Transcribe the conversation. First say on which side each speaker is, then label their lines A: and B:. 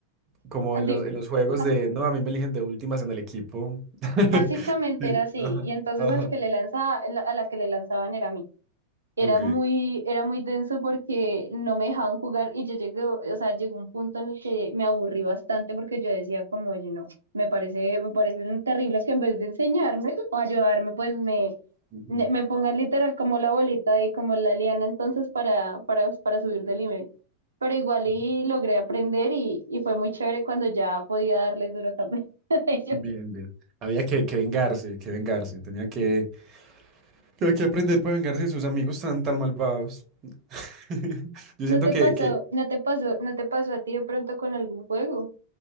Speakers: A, on the right; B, on the right.
A: como en
B: di-
A: los, en los juegos
B: ajá.
A: de, no, a mí me eligen de últimas en el equipo. <laughs>
B: Básicamente
A: Sí,
B: era así,
A: ajá,
B: y entonces
A: ajá.
B: al que le lanzaba, la- a la que le lanzaban era a mí. Era
A: Ok.
B: muy, era muy denso porque no me dejaban jugar y yo llegué, o sea, llegó un punto en el que me aburrí bastante porque yo decía como, oye, no, me parece, me parece terrible que en vez de enseñarme o ayudarme, pues me,
A: Ujú,
B: me me pongan literal como la bolita y como la liana entonces para, para, para subir de nivel. Pero igual
A: ujú.
B: y logré aprender y, y fue muy chévere cuando ya podía darles duro también <laughs> a ellos.
A: Bien, bien. Había que, que vengarse, que vengarse. Tenía que, que, que aprender para vengarse de sus amigos tan, tan malvados. <laughs> Yo
B: ¿No
A: siento
B: te
A: que,
B: pasó,
A: que
B: no te pasó, no te pasó a ti de pronto con algún juego?